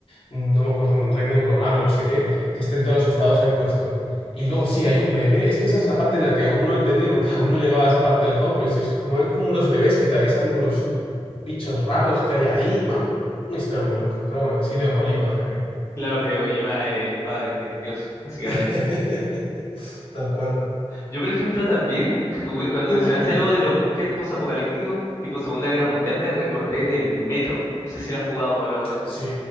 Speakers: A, on the left; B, on the left.
A: no me acuerdo, como en red neuronal o no sé qué, que estén todos los estados ahí puestos. Y luego sí, hay un bebé. Es que esa es la parte en la que aún no entendí, porque <laughs> aún no llegaba a esa parte del juego, pero sí, es como hay como unos bebés que te avisan de unos bichos raros que hay ahí. Bueno, una historia muy loca. Pero bueno, es Hideo Kojima, o sea que.
B: claro, que Kojima es padre, es Dios, básicamente.
A: <laughs> Tal cual.
B: Yo, por ejemplo, también, <laughs> jugué- cuando
A: <clears throat>
B: mencionaste algo de los búnker posapocalípticos, tipo Segunda Guerra Mundial, me recordé del Metro. No sé si lo has jugado o lo conoces.
A: Sí,